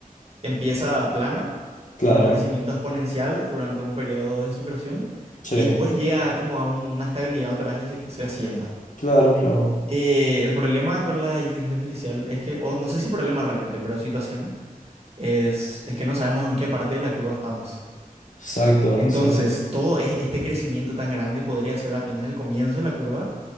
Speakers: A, on the right (about 45°); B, on the left (about 60°).
A: Empieza plana,
B: Claro,
A: tiene un crecimiento exponencial durante un periodo de su creación
B: sí,
A: y después llega como a una estabilidad otra vez y se, se asienta.
B: claro, claro.
A: Eh, el problema con la inteligencia artificial es que, o no sé si problema realmente, pero situación, es, es que no sabemos en qué parte de la curva estamos.
B: Exacto,
A: Entonces,
B: exacto.
A: todo e- este crecimiento tan grande podría ser apenas el comienzo de la curva,